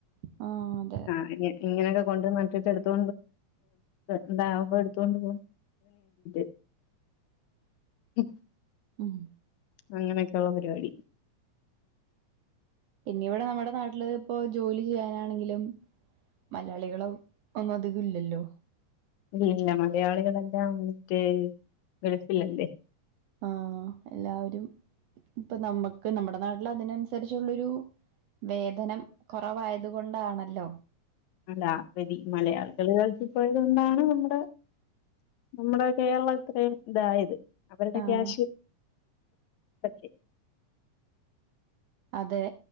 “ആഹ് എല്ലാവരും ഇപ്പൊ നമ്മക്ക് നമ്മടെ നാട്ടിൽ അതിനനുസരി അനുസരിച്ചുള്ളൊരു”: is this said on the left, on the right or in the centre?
Right